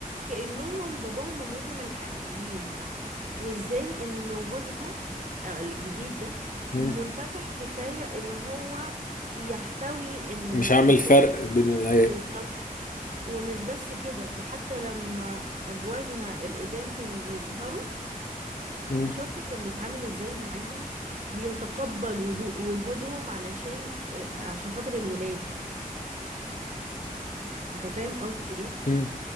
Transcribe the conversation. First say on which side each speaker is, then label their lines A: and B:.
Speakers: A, on the right; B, on the left.
A: كأنهم باباهم ومامتهم الحقيقيين وازاي انه جوزها آه، الجديد ده
B: مم.
A: منفتح كفاية ان هو يحتوي انه
B: مش عامل
A: الولاد
B: فرق بين ال
A: بالظبط ومش بس كده ده حتى لما اجوازها القدام كانوا بيظهروا
B: مم.
A: شفت كان بيتعامل ازاي معاهم بيتقبل ودو- وجودهم علشان آه، عشان خاطر الولاد انت فاهم قصدي ايه
B: مم.